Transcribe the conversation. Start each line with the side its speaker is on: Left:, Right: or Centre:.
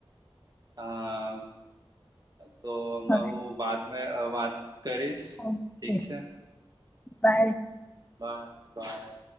Right: હા તો હમણા
Left: હવે
Right: બાદ મે વાત કરીશ
Left: ઓકે
Right: ઠીક છે,
Left: બાય
Right: બાય બાય